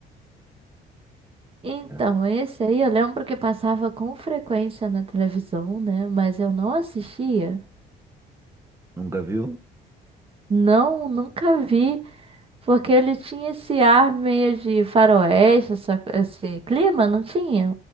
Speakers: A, on the right; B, on the right.
A: Então,
B: É.
A: esse aí eu lembro que passava com frequência na televisão, né? Mas eu não assistia.
B: Nunca viu?
A: Não, nunca vi, porque ele tinha esse ar meio de faroeste, essa- esse clima, não tinha?